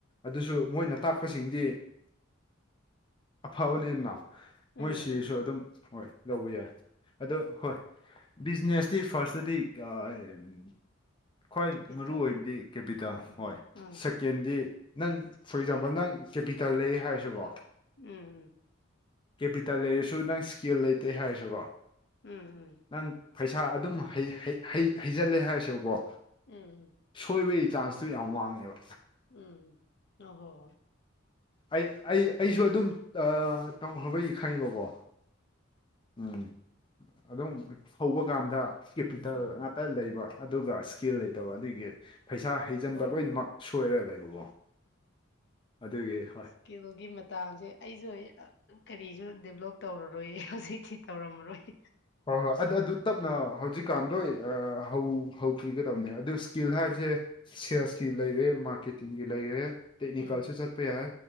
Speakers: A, on the left (about 25°); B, on the left (about 60°).
A: ꯑꯗꯨꯁꯨ ꯃꯣꯏꯅ ꯇꯥꯛꯄꯁꯤꯡꯗꯤ ꯑꯐꯕꯅꯤꯅ
B: ꯎꯝ
A: ꯃꯣꯏ ꯁꯤꯔꯁꯨ
B: ꯎꯝ
A: ꯑꯗꯨꯝ ꯍꯣꯏ ꯂꯧꯕ ꯌꯥꯏ ꯑꯗꯣ ꯍꯣꯏ ꯕꯤꯖꯤꯅꯦꯁꯗꯤ ꯐꯥꯔꯁꯇꯗꯤ ꯑꯥ ꯑꯦꯝ ꯈ꯭ꯋꯥꯏ
B: ꯀꯦꯄꯤꯇꯣ
A: ꯃꯔꯨ ꯑꯣꯏꯕꯗꯤ ꯀꯦꯄꯤꯇꯥꯦꯜ
B: ꯎꯝ
A: ꯍꯣꯏ
B: ꯎꯝ
A: ꯁꯦꯛ ꯀꯦꯟꯗꯤ ꯅꯪ ꯐꯣꯔ ꯑꯦꯛꯖꯥꯝꯄꯜ ꯅꯪ ꯀꯦꯄꯤꯇꯜ ꯂꯩ ꯍꯥꯏꯔꯥꯁꯦꯀꯣ
B: ꯎꯝ
A: ꯀꯦꯄꯤꯇꯜ ꯂꯩꯔꯁꯨ ꯅꯥꯪ ꯁ꯭ꯀꯤꯜ ꯂꯩꯇꯦ ꯍꯥꯏꯔꯁꯨꯀꯣ
B: ꯎꯝ ꯎꯝ
A: ꯅꯪ ꯄꯩꯁꯥ ꯑꯗꯨꯝ ꯍꯩ-ꯍꯩ-ꯍꯩ ꯍꯩꯖꯜꯂꯦ ꯍꯥꯏꯔꯁꯦꯕꯀꯣ꯫
B: ꯎꯝ꯫
A: ꯁꯣꯏꯕꯩ ꯆꯥꯟꯁꯇꯨ ꯌꯥꯝ ꯋꯥꯡꯉꯦꯕ꯫
B: ꯎꯝ ꯍꯣ ꯍꯣ ꯍꯣ
A: ꯑꯩ ꯑꯩ ꯑꯩꯁꯨ ꯑꯗꯨꯝ ꯑꯥ ꯇꯝꯈ꯭ꯔꯕꯒꯤ ꯈꯪꯉꯦꯕꯀꯣ ꯎꯝ ꯑꯗꯨꯝ ꯍꯧꯕ ꯀꯥꯟꯗ ꯀꯦꯄꯤꯇꯦꯜ
B: ꯎꯝ ꯎꯝ
A: ꯉꯒ ꯇ ꯂꯩꯕ ꯑꯗꯨꯒ ꯁ꯭ꯀꯤꯜ ꯂꯩꯇꯕ ꯑꯗꯨꯒꯤ ꯄꯩꯁꯥ ꯍꯩꯖꯟꯕ
B: ꯍꯣꯏ
A: ꯂꯣꯏꯅꯃꯛ
B: ꯍꯣꯏ
A: ꯁꯣꯏꯔ ꯂꯩꯕꯀꯣ ꯑꯗꯨꯒꯤ ꯍꯣꯏ
B: ꯀꯦꯂꯣꯒꯤ ꯃꯇꯥꯡꯁꯦ ꯑꯩꯁꯨ ꯍꯩ ꯑ ꯀꯔꯤꯁꯨ ꯗꯦꯕꯂꯞ ꯇꯧꯔꯔꯣꯏꯌꯦ ꯍꯧꯖꯤꯛꯇꯤ ꯇꯧꯔꯝꯃꯔꯣꯏ ꯫
A: ꯍꯣꯏ ꯍꯣꯏ ꯑꯗꯨ ꯑꯗꯨ ꯇꯞꯅ ꯍꯧꯖꯤꯛꯀꯥꯟ ꯂꯣꯏ ꯑꯥ ꯍꯧ ꯍꯧꯈꯤꯒꯗꯕꯅꯦ ꯑꯗꯨ ꯁ꯭ꯀꯤꯜ ꯍꯥꯏꯕꯁꯦ
B: ꯎꯝ
A: ꯁꯦꯜꯁꯀꯤ ꯂꯩꯔꯦ ꯃꯥꯔꯀꯦꯇꯤꯡꯒꯤ ꯂꯩꯔꯦ ꯇꯦꯛꯅꯤꯀꯜꯁꯨ
B: ꯎꯝ
A: ꯆꯠ ꯆꯠꯄ ꯌꯥꯏ